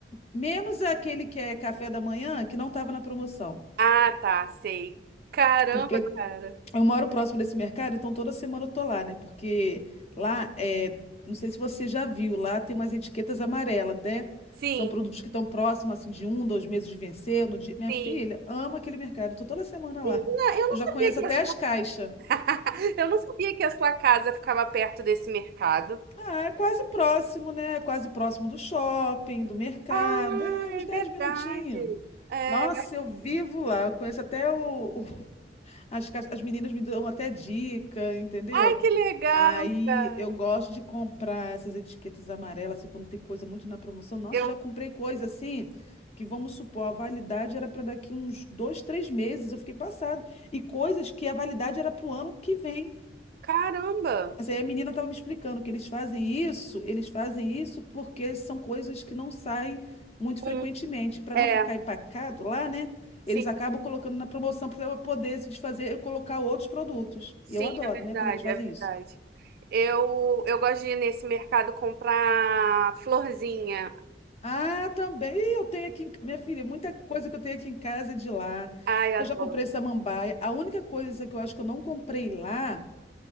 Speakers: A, on the left (about 35°); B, on the right (about 60°).
A: menos aquele que é café da manhã, que não estava na promoção.
B: Ah, tá, sei. Caramba,
A: Porque
B: cara.
A: eu moro próximo desse mercado, então toda semana eu tô lá, né? Porque lá é, não sei se você já viu, lá tem umas etiquetas amarelas, né?
B: Sim,
A: São produtos que estão próximos, assim, de um, dois meses de vencer. No dia... Minha
B: sim.
A: filha ama aquele mercado, eu tô toda semana
B: Menina,
A: lá.
B: eu
A: Eu
B: não
A: já
B: sabia
A: conheço
B: que
A: até
B: a sua...
A: as caixas.
B: <laughs> eu não sabia que a sua casa ficava perto desse mercado.
A: Ah, é quase próximo, né? É Quase próximo do shopping, do mercado.
B: Ah,
A: É
B: é
A: uns 10
B: verdade.
A: minutinhos.
B: É...
A: Nossa, eu vivo lá. Eu conheço até o, o- as, cas- as meninas me dão até dica, entendeu?
B: Ai, que legal,
A: Aí
B: cara.
A: eu gosto de comprar essas etiquetas amarelas, assim, quando tem coisa muito na promoção. Nossa,
B: Eu,
A: eu já comprei coisa assim, que vamos supor, a validade era para daqui uns dois, três meses. Eu fiquei passada. E coisas que a validade era para o ano que vem.
B: caramba.
A: Mas aí a menina estava me explicando que eles fazem isso, eles fazem isso porque são coisas que não saem muito frequentemente.
B: Um...
A: Para
B: É,
A: não ficar empacado lá, né?
B: sim,
A: Eles acabam colocando na promoção para poder se desfazer e colocar outros produtos.
B: sim,
A: E eu adoro,
B: é verdade,
A: né? Quando eles fazem
B: é verdade.
A: isso.
B: Eu, eu gosto de ir nesse mercado comprar florzinha.
A: Ah, também. Ih, eu tenho aqui, em ca- minha filha, muita coisa que eu tenho aqui em casa é de lá.
B: Ai, adoro.
A: Eu já comprei samambaia. A única coisa que eu acho que eu não comprei lá,